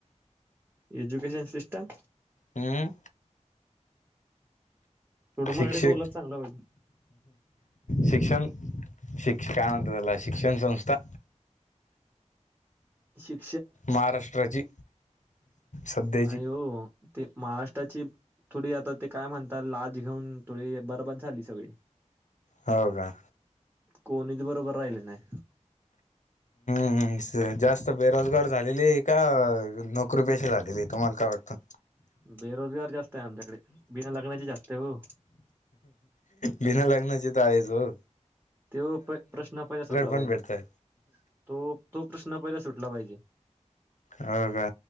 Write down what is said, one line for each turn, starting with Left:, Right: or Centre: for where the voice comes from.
Right: Education system.
Left: हम्म
Right: थोडं
Left: शिक्षक.
Right: मराठीत बोललात चांगलं होईल.
Left: शिक्षण काय म्हणता त्याला शिक्षण संस्था.
Right: शिक.
Left: महाराष्ट्राची सध्याची
Right: नाही हो ते महाराष्ट्राची थोडी आता ते काय म्हणतात लाच घेऊन थोडी बर्बाद झाली सगळी.
Left: हो का.
Right: कोणीच बरोबर राहिले नाय.
Left: हम्म जास्त बेरोजगार झालेले आहे का नोकरी पेशा झालेले आहे तुम्हाला काय वाटतं.
Right: बेरोजगार जास्त आहे आमच्याकडे बिना लग्णाची जास्त आहे ओ.
Left: बिना लग्नाची तर आहेच ओ.
Right: ते ओ प प्रश्न पहिला सुटला
Left: पण
Right: पाहिजे
Left: भेटतय
Right: तो तो प्रश्न पहिला सुट. सुटला पाहिजे.
Left: हो का